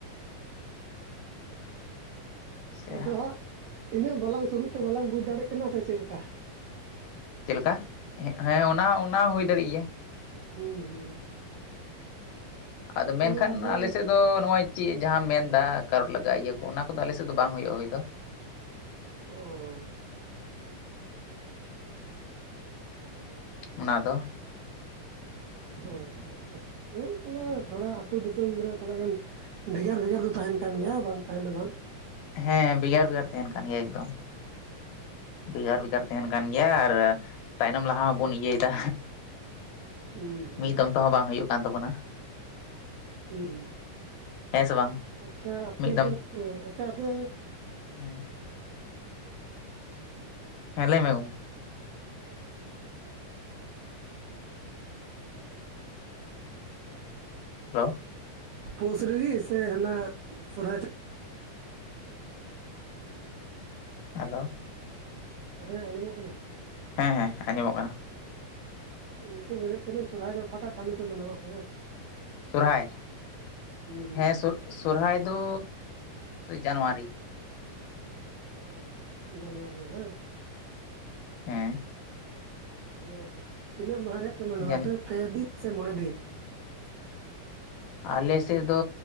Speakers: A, on the right (about 75°); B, on the left (about 75°).
A: <inaudible>
B: ᱟᱪᱪᱷᱟ
A: ᱟᱫᱚ ᱦᱟᱸᱜ ᱤᱱᱟᱹᱜ ᱵᱟᱞᱟᱝ ᱥᱩᱨᱩᱛᱮ ᱵᱟᱞᱟᱝ ᱵᱩᱡᱽ ᱫᱟᱲᱮᱜ ᱠᱟᱱᱟ ᱥᱮ ᱪᱮᱫ ᱞᱮᱠᱟ
B: ᱪᱮᱫ ᱞᱮᱠᱟ ᱦᱮᱸ ᱚᱱᱟ ᱚᱱᱟ ᱦᱩᱭ ᱫᱟᱲᱮᱭᱟᱜ ᱜᱮᱭᱟ᱾
A: ᱦᱮᱸ ᱦᱩᱸ
B: ᱟᱫᱚ
A: ᱢᱟᱱᱮ
B: ᱢᱮᱱᱠᱷᱟᱱ
A: ᱟᱵᱚ
B: ᱟᱞᱮ ᱥᱮᱫ ᱫᱚ ᱱᱚᱜ-ᱚᱭ ᱪᱮᱫ ᱡᱟᱦᱟᱸᱢ ᱢᱮᱱᱫᱟ ᱠᱟᱨᱚᱴ ᱞᱟᱜᱟᱜ ᱤᱭᱟᱹ ᱠᱚ ᱚᱱᱟ ᱠᱚᱫᱚ ᱟᱞᱮᱥᱮᱫ ᱫᱚ ᱵᱟᱝ ᱦᱩᱭᱩᱜ-ᱟ ᱦᱩᱭ ᱫᱚ
A: ᱚᱻ
B: ᱚᱱᱟ ᱫᱚ
A: ᱚ ᱟᱪᱪᱷᱟ ᱟᱪᱪᱷᱟᱭ ᱵᱚᱞᱮ ᱛᱷᱚᱲᱟ ᱟᱹᱛᱩ ᱫᱤᱥᱚᱢ ᱨᱮ ᱛᱷᱚᱲᱟ ᱜᱟᱱ ᱵᱷᱮᱜᱟᱨ ᱵᱷᱮᱜᱟᱨ ᱫᱚ ᱛᱟᱦᱮᱱ ᱠᱟᱱ ᱜᱮᱭᱟ ᱵᱟᱝ ᱛᱟᱦᱮᱸ ᱫᱚ ᱵᱟᱝ
B: ᱦᱮᱸ ᱵᱷᱮᱜᱟᱨ ᱵᱷᱮᱜᱟᱨ ᱛᱟᱦᱮᱱ ᱠᱟᱱ ᱜᱮᱭᱟ ᱮᱠᱫᱚᱢ ᱵᱷᱮᱜᱟᱨ ᱵᱷᱮᱜᱟᱨ ᱛᱟᱦᱮᱱ ᱠᱟᱱ ᱜᱮᱭᱟ ᱟᱨ ᱛᱟᱭᱱᱚᱢ ᱞᱟᱦᱟ ᱢᱟᱵᱚᱱ ᱤᱭᱟ ᱫᱟ
A: ᱦᱩᱸ ᱦᱩᱸ
B: ᱢᱤᱫ ᱫᱚᱢ ᱛᱮᱦᱚᱸ ᱵᱟᱝ ᱦᱩᱭᱩᱜ ᱠᱟᱱ ᱛᱟᱵᱚᱱᱟ᱾
A: ᱦᱮᱸ ᱦᱮᱸ
B: ᱦᱮᱸ ᱥᱮ ᱵᱟᱝ?
A: ᱟᱪᱪᱷᱟ ᱟᱯᱮ
B: ᱢᱤᱫ
A: ᱫᱚ ᱟᱪᱪᱷᱟ ᱟᱯᱮ
B: ᱦᱮᱸ ᱦᱮᱸ ᱞᱟᱹᱭ ᱢᱮ ᱜᱚᱢᱠᱮ ᱦᱮᱞᱳ
A: ᱯᱳᱥ ᱨᱮᱜᱤ ᱥᱮ ᱦᱟᱱᱟ ᱥᱚᱨᱦᱟᱭ
B: ᱦᱮᱞᱳ
A: ᱦᱮᱸ ᱟᱸᱡᱚᱢᱚᱜ ᱠᱟᱱᱟ᱾
B: ᱦᱮᱸ ᱦᱮᱸ ᱟᱸᱡᱚᱢᱚᱜ ᱠᱟᱱᱟ᱾
A: ᱜᱚᱢᱠᱮ ᱢᱮᱱᱮᱫ ᱛᱟᱦᱮᱱᱟᱹᱧ ᱥᱚᱨᱦᱟᱭ ᱫᱚ ᱚᱠᱟᱴᱟᱜ ᱪᱟᱸᱫᱳ ᱯᱮ ᱢᱟᱱᱟᱣᱟ ᱟᱯᱮ ᱫᱚ?
B: ᱥᱚᱨᱦᱟᱭ
A: ᱦᱩᱸ
B: ᱦᱮᱸ ᱥᱚᱼᱥᱚᱨᱦᱟᱭ ᱫᱚᱻ ᱡᱟᱱᱩᱣᱟᱨᱤ ᱾
A: ᱚ ᱡᱟᱱᱩᱣᱟᱨᱤ ᱨᱮ ᱦᱟᱝ?
B: ᱦᱮᱸ᱾
A: ᱟᱫᱚ ᱛᱤᱱᱟᱹᱜ ᱢᱟᱦᱟ ᱨᱮᱭᱟᱜ ᱯᱮ ᱢᱟᱱᱟᱣᱟ
B: ᱡᱟᱱ
A: ᱟᱯᱮ ᱯᱮ ᱫᱤᱱ ᱥᱮ ᱢᱚᱬᱮ ᱫᱤᱱ?
B: ᱟᱞᱮ ᱥᱮᱫ ᱫᱚ